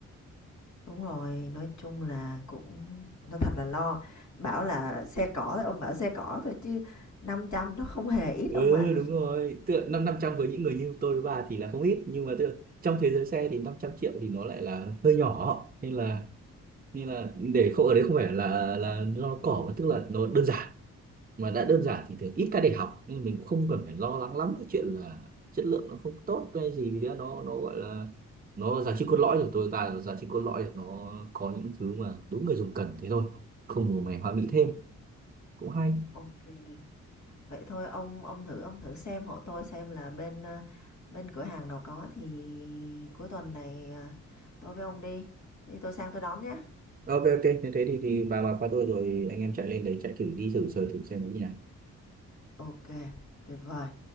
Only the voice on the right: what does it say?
ừ
đúng rồi tựa năm năm trăm với những người như tôi với bà thì là không ít nhưng mà tựa trong thế giới xe thì 500 triệu thì nó lại là hơi nhỏ nên là nên là để không ở đấy không phải là là nó cỏ mà tức là nó đơn giản mà đã đơn giản thì thường ít ca để học nên mình cũng không cần phải lo lắng lắm cái chuyện là chất lượng nó không tốt hay gì vì thế nó nó gọi là nó giá trị cốt lõi của tôi ta giá trị cốt lõi là nó có những thứ mà đúng người dùng cần thế thôi không màu mè hoa mỹ thêm cũng hay
ok ok như thế thì thì bà bà qua tôi rồi anh em chạy lên đấy chạy thử đi thử sờ thử xem nó như nào